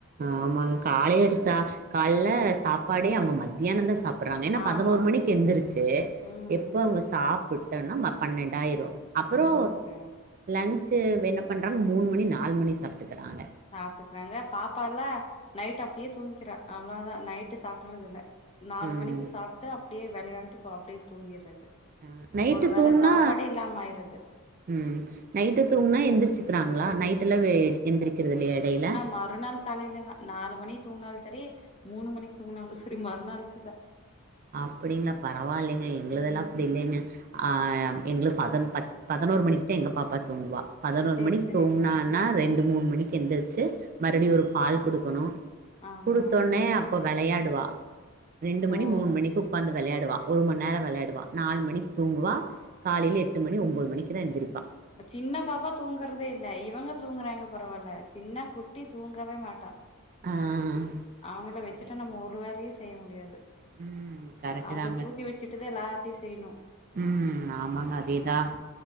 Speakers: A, on the right; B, on the left.
A: ஆமாங்க காலைய அடிச்சா காலல சாப்பாடே அவங்க மத்தியான தா சாப் அப்புறாங்க ஏன்னா பதினோரு
B: ஆமா
A: மணிக்கு எழுந்துருச்சு
B: ம்
A: எப்ப அவங்க சாப்பிட்டன்னோ மணி பன்னெண்டாயிரும் அப்பறோ
B: ஆமாங்க
A: லன்ஞ்சு என்ன பண்ணுறாங்க மூணு மணி நாலு மணி சாப்ட்டுக்கிறாங்க
B: சாப்ட்டுக்கறாங்க பாப்பால்லா நைட் அப்டியே தூங்கிக்கிறா அவ்வளவுதா நைட்டு சாப்புடுறதுல்ல நாலு
A: ம்.
B: மணிக்கு சாப்ட்டு அப்டியே விளையாண்டு அப்டியே தூங்கிறது
A: அ நைட்டு
B: ஒரு வேளை
A: தூங்குனா
B: சாப்பாடே இல்லாம ஆயிரது
A: ம் நைட் தூங்கனா எந்திரிச்சுக்கிறாங்களா நைட்யிலா எந்திரிக்கிறது இல்லையா எடையில
B: மறு நாள் காலையிலதா நாலு மணிக்கு தூங்கினாலு சரி மூணு மணிக்கு தூங்கினாலு சரி மறுநாளைக்குதா
A: அப்படிங்களா பரவாயில்லைங்க எங்களுதெல்லா
B: ம்
A: அப்டி இல்லைங்க ஆ எங்களுக் பதன் பத் பதினோரு மணிக்கு தா எங்க பாப்பா தூங்குவா பதினொரு
B: செரி
A: மணிக்கு
B: செரிங்க
A: தூங்கினான்னா ரெண்டு மூணு மணிக்கு எந்திருச்சு மறுபடியு ஒரு பால் குடுக்கணு
B: ஆமா
A: குடுத்தோனே அப்ப விளையாடுவா ரெண்டு மணி
B: ஓ
A: மூணு மணி இன்னிக்கு உக்காந்து விளையாடுவா ஒரு மண்நேர விளையாடுவா நாலு மணிக்கு தூங்குவா காலையில எட்டு மணி ஒம்போது மணிக்குதா எந்திரிப்பா
B: சின்ன பாப்பா தூங்குறதே இல்ல இவங்க தூங்குறாங்க பரவால்ல சின்ன குட்டி தூங்கவே மாட்டா
A: ஆ ஆ
B: அவங்கள
A: ஆமாங்க
B: வச்சுட்டு நம்ம ஒரு வேலையு செய்ய முடியாது
A: ம் கரெக்டு
B: அவங்கள
A: தாங்க
B: தூக்கி வச்சுட்டுதா எலாத் செய்யனு
A: ம் ஆமாங்க அதேதான்